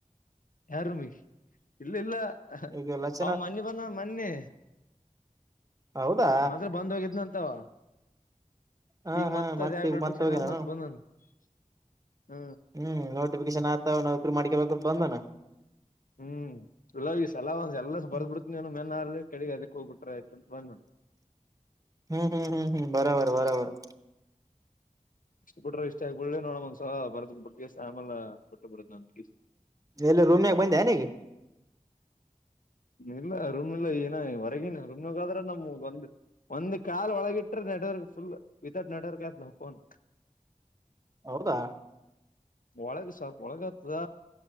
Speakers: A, on the left; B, on the right.
A: ಯಾರೂಂಗೆ ಇಲ್ಲ ಇಲ್ಲ
B: ಈಗ ಲಕ್ಷಣ
A: ಅವ ಮನ್ನಿ ಬಂದನಾ ಮನ್ನಿ.
B: ಹೌದಾ
A: ಮದಲ್ ಬಂದ್ ಹೋಗಿದ್ನ ಅಂತವ.
B: ಹಾ
A: ಈಗ
B: ಹಾ
A: ಮತ್ತ ಅದ ಯಾವ ನೋಡ
B: ಈಗ
A: ಅಡ್ಮಿಶನ್
B: ಮತ್ತ ಹೋಗಿ ನಾನು
A: ಮತ್ ಬಂದಾನ <unintelligible> ಹ
B: ಹ್ಮ್ ನೋಟಿಫಿಕೇಶನ್ ಆತಾವ ನೌಕರಿ ಮಾಡಕಬೇಕು ಬಂದನಾ.
A: ಹ್ಮ್ ಇಲ್ಲ ಈ ಸಲ ಒಂದ ಎಲ್ಲಾ
B: ಹ್ಮ್
A: ಬರ್ಬ ಬಿಡ್ತಿನವ ಮೆ ಅ ಕಡೆ ಅದಕ್ಕೆ ಹೋಗ್ ಬಿಟರ್ ಆಯತ ಅಂತ ಬಂದ ನು.
B: ಹುಂ ಹುಂ ಹುಂ ಹುಂ ಬರೋಬರಿ ಬರಬರ್.
A: ಇಷ್ಟ ಬಿಟ್ಟ್ರ ಇಷ್ಟ ಆಗಿಬಡಿ ನೋಡಣ ಒಂದ್ಸಲ ಬರದಕ್ ಬಟ್ಟಿಗೆ ಸಾಮಲ್ ಬಿಟ್ಟು ಬಿಡಂತಕೇಸಿ
B: ಎಲ್ಲಿ ರೂಂನ್ಯಾಗ್ ಬಂದೆನಿಗ್
A: ಇಲ್ಲ ರೂಮ್ ಇಲ್ಲ ಏನ ಹೊರಗಿನ ರೂಮ್ಗಾದ್ರ ನಮ್ ಒಂದ್ ಒಂದ್ ಕಾಲ್ ಒಳಗಿಟ್ರೆ ನೆಟ್ವರ್ಕ್ ಫುಲ್ ವಿತೌಟ್ ನೆಟ್ವರ್ಕ್ ಆಯ್ತವು ಫೋನ್.
B: ಹೌದಾ
A: ಒಳಗ ಸ್ವಲ್ಪ ಒಳಗ ಆತದ